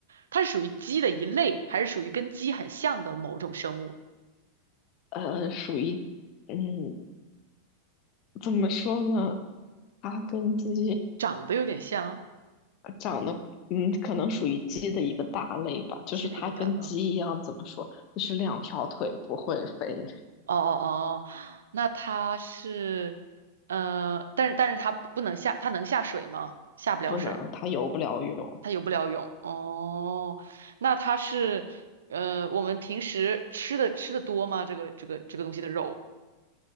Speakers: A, on the right; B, on the left.
A: 它是属于鸡的一类，还是属于跟鸡很像的某种生物？
B: 呃，属于，嗯，怎么说呢？它跟鸡
A: 长得有点像
B: 长得，嗯，可能属于鸡的一个大类吧，就是它跟鸡一样，
A: 鸡类个蛋。嗯，哦
B: 怎么说？就是两条腿不会飞，
A: 哦哦，那它是呃，但是但是它不不能下，它能下水吗？下不了水。
B: 不能，它游不了泳。
A: 它游不了泳哦，那它是呃，我们平时吃的吃的多吗？这个这个这个东西的肉，